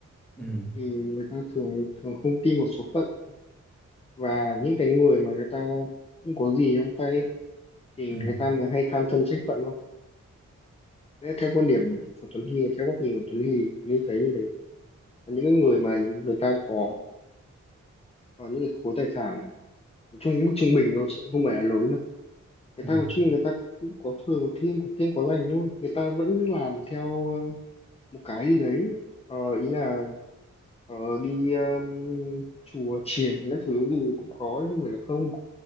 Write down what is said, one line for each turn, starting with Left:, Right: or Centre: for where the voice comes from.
Centre: ừ
Left: thì người ta thường thường không tin vào số phận và những cái người mà người ta không có gì trong tay ấy, thì
Centre: ừ
Left: người ta mới hay than thân trách phận không nếu theo quan điểm của Tuấn Huy theo góc nhìn của Tuấn Huy Tuấn Huy thấy như vậy là những cái người mà người ta có có những cái khối tài sản trung mức trung bình nó sẽ không phải là lớn đâu người
Centre: ừ
Left: ta nói chung là người ta cũng có thừa có thiêm có kiêng có lành luôn người ta vẫn làm theo ờ, một cái gì đấy Ờ, ý là ờ, đi um, chùa chiền các thứ gì cũng có chứ không phải là không